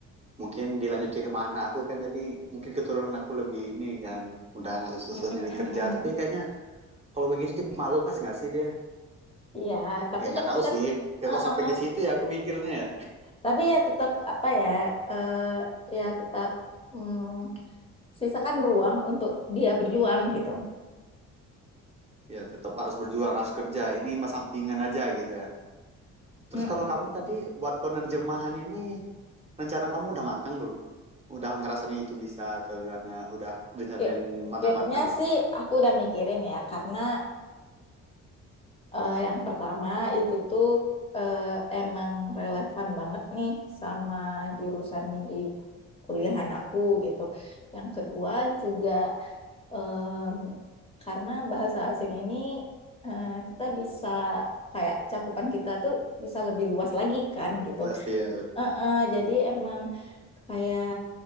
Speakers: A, on the right; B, on the left.
A: mungkin dilanjut dari mana aku kan jadi mungkin keturunan aku lebih ini kan udah nggak susah
B: <laughs>
A: nyari
B: Mm-mm-mm.
A: kerja tapi kayaknya kalau begitu jadi malas nggak sih dia
B: Iya, tapi
A: ya nggak
B: kan
A: tahu
B: kita,
A: sih ya
B: uh-uh.
A: kok sampai ke situ ya aku mikirnya ya
B: tapi ya tetap apa ya, eh ya tetap mm, sisakan ruang untuk dia berjuang gitu.
A: ya tetap harus berjuang harus kerja ini mas sampingan aja gitu ya terus
B: Mm-mm.
A: kalau kamu tadi buat penerjemahan ini rencana kamu udah matang belum udah ngerasanya itu bisa atau gimana udah rencanain
B: Kayak-
A: matang-matang
B: Kayaknya
A: nggak
B: sih aku udah mikirin ya, karena Eh, yang pertama itu tuh eh, emang relevan banget nih sama jurusan di kuliahan aku gitu. Yang kedua juga em, karena bahasa asing ini eh, kita bisa kayak cakupan kita tuh bisa lebih luas lagi kan gitu
A: udah sih ya
B: eh, jadi emang kayak